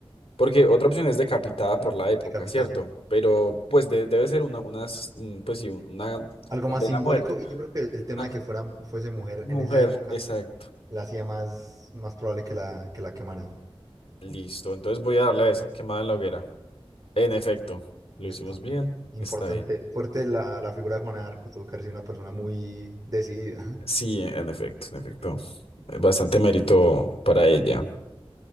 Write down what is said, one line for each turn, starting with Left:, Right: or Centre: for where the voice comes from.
Left: Porque otra opción es decapitada por
Right: <clears throat>
Left: la época,
Right: decapitada.
Left: ¿cierto? Pero pues de- debe ser una, unas, mm, pues sí, un- una
Right: Algo
Left: condena
Right: más simbólico
Left: a muerte.
Right: y yo creo que el tema
Left: Una
Right: de
Left: co-
Right: que fuera, fuese mujer
Left: mujer,
Right: en esa época
Left: exacto.
Right: la hacía más, más probable que la, que la quemaran.
Left: Listo, entonces voy a darle a esa, quemada en la hoguera. En efecto, lo
Right: Perfecto.
Left: hicimos bien.
Right: Importante,
Left: Está bien.
Right: fuerte la, la figura de Juana de Arco, tuvo que haber sido una persona muy decidida.
Left: Sí, en efecto, en efecto. Bastante mérito para ella.